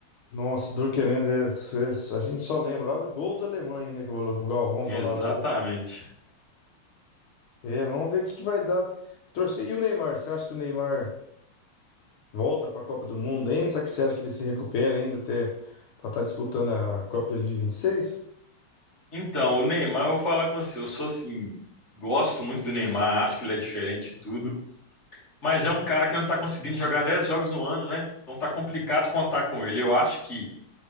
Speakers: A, on the left; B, on the left.
A: Nossa, dor é, é, a gente só lembrava gol da Alemanha, né? Que o Galvão falava.
B: Exatamente.
A: É, vamos ver o que, que vai dar. Torcer. E o Neymar? Você acha que o Neymar volta para a Copa do Mundo ainda? Será que você acha que ele se recupera ainda até para estar disputando a Copa 2026?
B: Então, o Neymar, eu vou falar com você. Eu sou assim, gosto muito do Neymar, acho que ele é diferente e tudo, mas é um cara que não tá conseguindo jogar 10 jogos no ano, né? Então tá complicado contar com ele. Eu acho que